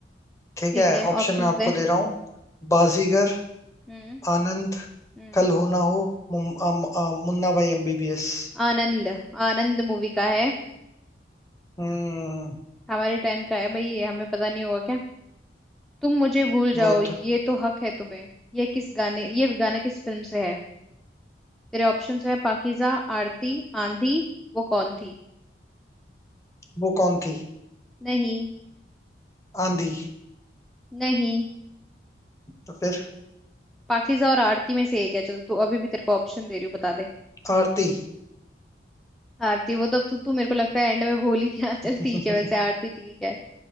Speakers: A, on the left; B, in the centre.
A: ठीक
B: ठीक
A: है
B: है
A: ऑप्शन
B: ऑप्शंस
A: मैं आपको
B: दे
A: दे रहा हूँ बाजीगर
B: हम्म
A: आनंद
B: हम्म
A: कल हो ना हो मुम- अम- अ, मुन्ना भाई एमबीबीएस
B: आनंद आनंद मूवी का है
A: हम्म
B: हमारे टाइम का है भाई ये हमें पता नहीं होगा क्या तुम मुझे भूल जाओ
A: वो
B: ये
A: तो
B: तो हक है तुम्हें ये किस गाने ये गाना किस फिल्म से है तेरे ऑप्शंस है पाकीज़ा आरती आंधी वो कौन थी
A: वो कौन थी
B: नहीं
A: आंधी
B: नहीं
A: तो फिर
B: पाकीज़ा और आरती में से एक है चल तू अभी भी तेरे को ऑप्शन दे रही हूँ बता दे
A: आरती
B: आरती वो तो तू तू मेरे को लगता है एंड में भूल ही गया <laughs> चल
A: <laughs>
B: ठीक है वैसे आरती ठीक है